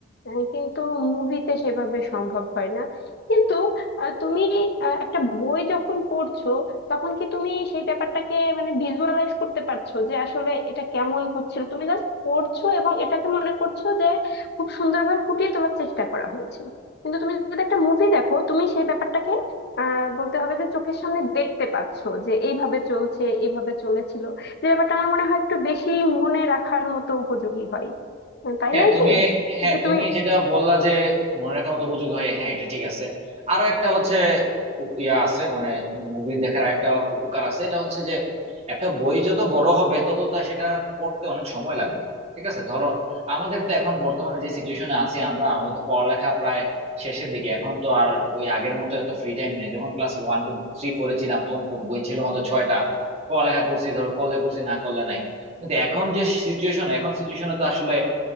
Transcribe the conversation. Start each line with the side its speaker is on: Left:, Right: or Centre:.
Left: আহ, কিন্তু মুভিতে সেভাবে সম্ভব হয় না কিন্তু আহ, তুমি আহ, একটা বই যখন পড়ছো তখন কি তুমি সেই ব্যাপারটাকে মানে ভিজুয়ালাইজ করতে পারছো যে আসলে এটা কেমন হচ্ছিল তুমি জাস্ট পড়ছো এবং এটাকে মনে করছো যে খুব সুন্দরভাবে ফুটিয়ে তোলার চেষ্টা করা হয়েছে কিন্তু তুমি যদি একটা মুভি দেখো তুমি সেই ব্যাপারটাকে আহ বলতে হবে যে চোখের সামনে দেখতে পাচ্ছ যে এইভাবে চলছে এইভাবে চলেছিল যে ব্যাপারটা আমার মনে হয় একটু বেশি মনে রাখার মতো উপযোগী হয় আহ, তাই
Right: হ্যাঁ
Left: নয়
Right: তুমি
Left: কি
Right: হ্যাঁ
Left: নাকি
Right: তুমি
Left: তুমি
Right: যেটা বললা যে মনে রাখার মতো উপযোগী হয় হ্যাঁ এটা ঠিক আছে আরো একটা হচ্ছে উপ- ইয়া আছে মানে মুভি দেখার একটা উপকার আছে এটা হচ্ছে যে একটা বই যত বড় হবে তত তা সেটা পড়তে অনেক সময় লাগবে ঠিক আছে ধরো আমাদের তো এখন বর্তমানে যে সিচুয়েশনে আছি আমরা আমাদের তো পড়ালেখা প্রায় শেষের দিকে এখন তো আর ওই আগের মতো এত ফ্রি টাইম নেই যখন ক্লাস ওয়ান টু থ্রি ফোরে ছিলাম তখন প- বই ছিল মাত্র ছয়টা পড়ালেখা করছি ধরো করলে করছি না করলে নাই কিন্তু এখন যে সিচুয়েশন এখন সিচুয়েশনে তো আসলে